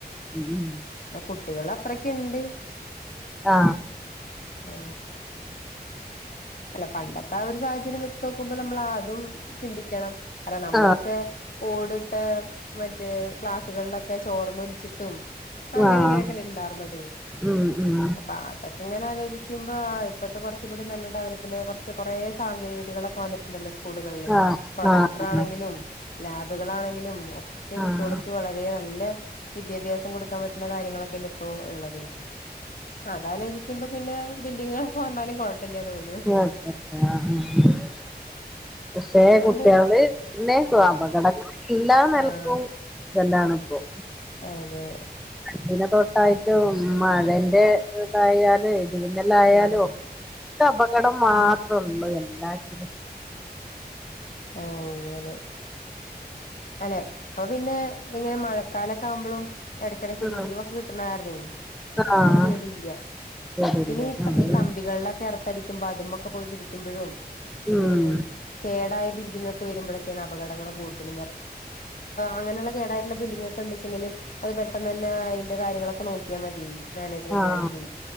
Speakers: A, in the centre; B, on the left.
A: ഉം ഉം
B: കുട്ടികളത്രക്ക്ണ്ട്
A: ആ
B: ഏ അല്ലെ പണ്ടത്തെ ആ ഒരു സാഹചര്യം വെച്ച് നോക്കുമ്പോ നമ്മൾ അതും ചിന്തിക്കണം അല്ല നമ്മളൊക്കെ
A: ആഹ്
B: ഓടിട്ട മറ്റേ ക്ലാസ്സുകളിലൊക്കെ ചോർന്നൊലിച്ചിട്ടും അങ്ങനെ
A: ആഹ്
B: ഇങ്ങനെയൊക്കെല്ല ഉണ്ടായിർുന്നത്
A: ഉം ഉം
B: അപ്പൊ അതൊക്കെ ഇങ്ങനെ ആലോചിക്കുമ്പോ ഇപ്പത്തെ കുറച്ച കൂടി നല്ല ഡവല കുറച്ച് കുറെേ സാങ്കേതികികളൊക്കെ ഒ ണ്ടല്ലോ സ്കൂളുകളില്
A: ആഹ്
B: പ്രൊജക്ടറാണെങ്കിലും
A: ആഹ്
B: ലാബുകളാണെങ്കിലും ഒക്കെ കുട്ടികൾക്ക്
A: ആഹ്
B: വളരെ നല്ല വിദ്യാഭ്യാസം കൊടുക്കാൻ പറ്റുന്ന കാര്യങ്ങളൊക്കെല്ല ഇപ്പോ ഉള്ളത് അതലോചിക്കുമ്പോ പിന്നെ ബില്ലി ഇപ്പ വന്നാലും കുഴപ്പയില്ല തോന്നുന്നു
A: <unintelligible> പക്ഷേ
B: പിന്നെണ്ട്
A: കുട്ടികള് പിന്നെക്ക അപകടങ്ങ ഇല്ലാ നൽക്കും
B: ആഹ്
A: <unintelligible> എന്താണിപ്പോൾ
B: അതെ
A: പിന്നെ തൊട്ടായിട്ടും മഴന്റെ ഇതായാല് മിന്നൽയായലോക്കെ
B: ആഹ്
A: നമ്മ കടം മാത്ര നമ്മ എന്നാ ചെയ്യും
B: ആഹ് അങ്ങനെ അല്ലെ ഇപ്പൊ പിന്നെ ഇങ്ങനെ മഴക്കാലൊക്കെ ആകുമ്പളും ഇടെക്ക്ടെക്ക്
A: ആഹ്
B: ലീവൊക്കെ കിട്ടണാരുന്നേ അങ്ങനെ
A: ആഹ്
B: ഇങ്ങട് പേടിയില്ല
A: ശരില്ലേ
B: പിന്നെ ഈ
A: അതെ
B: ഈ കമ്പികളിലൊക്കെ ഇറ തടിക്കുമ്പോ അതുമൊക്കെ പോയി പിടിക്കുമ്പോഴും പിന്നെ
A: ഉം
B: ഈ കേടായ ബി ങ്ങക്ക് വരുമ്പഴാണ് അപകടങ്ങള് കൂടുതലും അങ്ങനെള്ള കേ ബില്ലിഡിങ്ങക്കെ ഉണ്ടിച്ചെങ്കിലും അത് പെട്ടെന്ന് തന്നെ അതിന്റെ കാര്യങ്ങളൊ ഒക്ക നോക്കിയാ മതിയെനി മാനേജ്മെൻറ്കാർക്ക്
A: ആഹ്